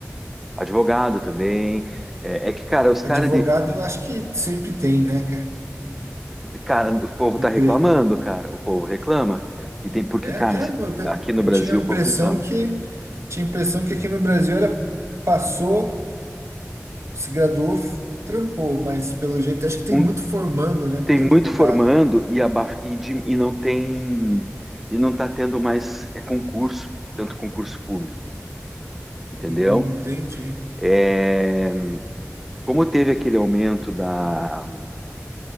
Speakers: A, in the centre; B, on the right.
A: advogado também. É, é que, cara, os caras
B: Advogado,
A: de.
B: eu acho que sempre tem, né, cara?
A: Cara, o povo
B: Emprego.
A: tá reclamando, cara. O povo reclama. E tem porque,
B: É
A: cara,
B: mesmo?
A: se-
B: Eu, pe-
A: aqui no
B: eu
A: Brasil
B: tinha a
A: o
B: impressão
A: povo reclama.
B: que tinha a impressão que aqui no Brasil era passou, se graduou, f- trampou, mas pelo jeito acho que tem
A: Um,
B: muito formando, né? Muito
A: tem
B: advogado,
A: muito formando
B: né?
A: e, aba... e, de- e não tem. E não tá tendo mais é, concurso, tanto concurso público, entendeu?
B: Hum, entendi.
A: É. Como teve aquele aumento da,